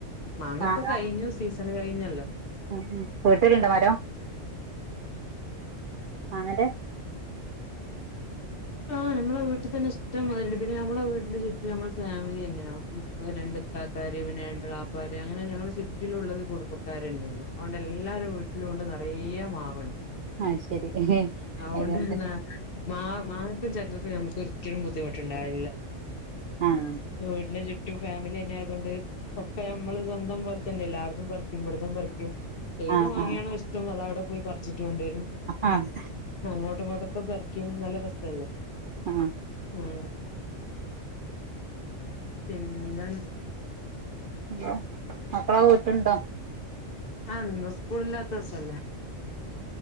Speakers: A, on the left; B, on the right.
A: മാങ്ങയിപ്പ
B: മാങ്ങ
A: കഴിഞ്ഞു സീസൺ കഴിഞ്ഞല്ലോ
B: ഉം ഉം വീട്ടിലുണ്ടോ മരം മാങ്ങേന്റെ
A: ആ നമ്മളെ വീട്ടിൽ തന്നെ ഇഷ്ടം മാതിരിണ്ട് പിന്നെ മ്മളെ വീടിന്റെ ചുറ്റില് നമ്മുടെ ഫാമിലി തന്നെയ രണ്ട ഇക്കാക്കാരു പിന്നെ രണ്ടു ഇളപ്പാര് അങ്ങനെ ഞങ്ങളെ ചുറ്റിലുള്ളത് കുടുംബക്കാരന്നെ ഉള്ളു അതൊണ്ട് എല്ലാരും വീട്ടിലുണ്ട് നിറയ മാവണ്ട്
B: അത് ശരി
A: ആ അതൊണ്ട്
B: അയിനോണ്ട്
A: തന്ന മാ മാങ്ങക്കും ചക്കക്കുമൊന്നും ഒരിക്കലും ബുദ്ധിമുട്ടുണ്ടാവില്ല
B: ആഹ്
A: വീട്ടിനു ചു റ്റും ഫാമിലി തന്നെ ആയതുകൊണ്ട് ഒക്കെ നമ്മള് സ്വന്തം പോലെ തന്നെ അല്ലെ അവിടുന്നും പറിക്കും പറിക്കും ഇവിടുന്നും പറിക്കും ഏത്
B: ആഹ്
A: മാങ്ങയാണോ
B: ആഹ്
A: ഇഷ്ടം അത് അവിടെ പോയി പറിച്ച ട്ടു കൊണ്ടരും
B: ആഹ്
A: അങ്ങോട്ട് ഇങ്ങോട്ടും കെ പറി ക്കും നല്ല രസല്ലേ
B: ആ
A: ആ പിന്നെന്താണ്
B: മ് മക്കളൊക്ക വീട്ടി ഉണ്ടോ
A: ആ ഇന്ന് സ്കൂളില്ലാത്ത ദിവസല്ലേ